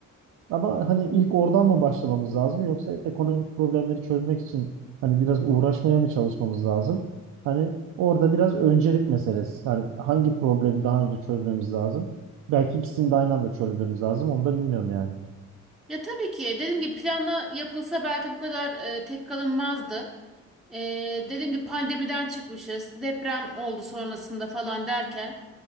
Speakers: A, on the right; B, in the centre.
A: Ama hani ilk oradan mı başlamamız lazım yoksa ekonomik problemleri çözmek için hani biraz uğraşmaya mı çalışmamız lazım? Hani orada biraz öncelik meselesi. Hani hangi problemi daha önce çözmemiz lazım? Belki ikisini de aynı anda çözmemiz lazım. Onu da bilmiyorum yani.
B: Ya tabii ki dediğim gibi planla yapılsa belki bu kadar e, tepki alınmazdı. E, dediğim gibi pandemiden çıkmışız, deprem oldu sonrasında falan derken